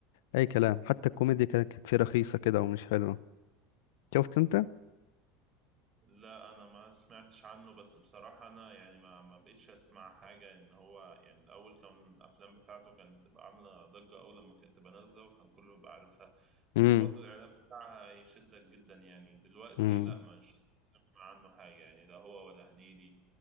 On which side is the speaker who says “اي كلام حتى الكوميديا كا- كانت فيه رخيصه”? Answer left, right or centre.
Left